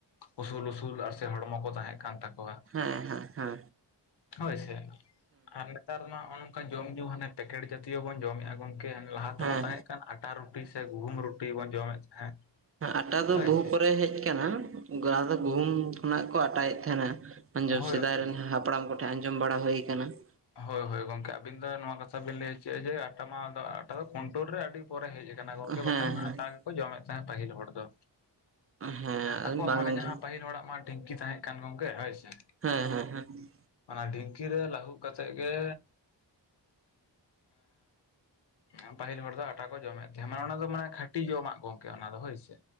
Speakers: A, on the left; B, on the right.
A: ᱩᱥᱩᱞ ᱩᱥᱩᱞ ᱟᱨ ᱥᱮ ᱦᱚᱲᱢᱚ ᱠᱚ ᱛᱟᱦᱮᱸ ᱠᱟᱱ ᱛᱟᱠᱚᱣᱟ ᱾
B: ᱦᱮᱸ ᱦᱮᱸ ᱦᱮᱸ᱾
A: ᱦᱳᱭ ᱥᱮ ᱟᱨ ᱱᱮᱛᱟᱨ ᱢᱟ ᱱᱚᱜ ᱱᱚᱝᱠᱟ ᱡᱚᱢ ᱧᱩ ᱦᱟᱱᱮ ᱯᱮᱠᱮᱴ ᱡᱟᱹᱛᱤᱭᱚ ᱵᱚᱱ ᱡᱚᱢᱮᱫᱼᱟ᱾ ᱜᱚᱢᱠᱮ ᱞᱟᱦᱟ
B: ᱦᱮᱸ
A: ᱛᱮᱢᱟ ᱛᱟᱦᱮᱸ ᱠᱟᱱ ᱟᱴᱟ ᱨᱩᱴᱤ ᱥᱮ ᱜᱩᱦᱩᱢ ᱨᱩᱴᱤ ᱵᱚᱱ ᱡᱚᱢᱮᱫ ᱛᱟᱦᱮᱸᱫ᱾
B: ᱟᱴᱟ ᱫᱚ
A: ᱦᱳᱭ
B: ᱵᱚᱦᱩ
A: ᱥᱮ
B: ᱯᱚᱨᱮ ᱦᱮᱡ ᱟᱠᱟᱱᱟ᱾ ᱞᱟᱦᱟ ᱫᱚ ᱜᱩᱦᱩᱢ ᱠᱷᱚᱱᱟᱜ ᱠᱚ ᱟᱴᱟᱭᱮᱫ ᱛᱟᱦᱮᱸᱱ-ᱟ ᱾ ᱟᱸᱡᱚᱢ
A: ᱦᱳᱭ
B: ᱥᱮᱫᱟᱭ
A: ᱦᱳᱭ
B: ᱨᱮᱱ ᱦᱟᱯᱲᱟᱢ ᱠᱚᱴᱷᱮᱱ ᱟᱸᱡᱚᱢ ᱵᱟᱲᱟ ᱦᱩᱭ ᱟᱠᱟᱱ-ᱟ ᱾
A: ᱦᱳᱭ ᱦᱳᱭ ᱜᱚᱝᱠᱮ ᱟᱵᱤᱱ ᱫᱚ ᱱᱚᱣᱟ ᱠᱟᱛᱷᱟ ᱵᱤᱱ ᱞᱟᱹᱭ ᱦᱚᱪᱚᱭᱮᱫᱟ ᱡᱮ ᱟᱴᱟ ᱢᱟ ᱫᱚ ᱟᱴᱟ ᱫᱚ ᱠᱚᱱᱴᱳᱞ ᱨᱮ ᱟᱰᱤ ᱯᱚᱨᱮ ᱦᱮᱡ ᱟᱠᱟᱱ-ᱟ ᱾ ᱠᱟᱱᱟ ᱜᱚᱝᱠᱮ
B: ᱦᱮᱸ
A: ᱵᱟᱠᱷᱟᱱ
B: ᱦᱮᱸ
A: ᱟᱴᱟ ᱜᱮᱠᱚ ᱡᱚᱢᱮᱫ ᱛᱟᱦᱮᱸᱫ ᱯᱟᱹᱦᱤᱞ ᱦᱚᱲ ᱫᱚ᱾
B: ᱦᱮᱸ
A: ᱟᱠᱚᱣᱟᱜ
B: ᱵᱟᱝ
A: ᱢᱟᱱᱮ
B: ᱟᱸᱡᱚᱢ
A: ᱡᱟᱦᱟᱸ ᱯᱟᱹᱦᱤᱞ ᱦᱚᱲᱟᱜ ᱢᱟ ᱰᱷᱤᱝᱠᱤ ᱛᱟᱦᱮᱸᱜ ᱠᱟᱱ ᱜᱚᱝᱠᱮ ᱦᱳᱭᱥᱮ᱾
B: ᱦᱮᱸ ᱦᱮᱸ ᱦᱮᱸ᱾
A: ᱚᱱᱟ ᱰᱷᱤᱝᱠᱤ ᱨᱮ ᱞᱟᱹᱦᱩᱫ ᱠᱟᱛᱮᱫ ᱜᱮ ᱮᱸ ᱯᱟᱹᱦᱤᱞ ᱦᱚᱲ ᱫᱚ ᱟᱴᱟ ᱠᱚ ᱡᱚᱢᱮᱫ ᱛᱟᱦᱮᱸᱫ ᱢᱟᱱᱮ ᱚᱱᱟ ᱫᱚ ᱢᱟᱱᱮ ᱠᱷᱟᱹᱴᱤ ᱡᱚᱢᱟᱜ ᱜᱚᱝᱠᱮ ᱚᱱᱟ ᱫᱚ ᱦᱳᱭ ᱥᱮ᱾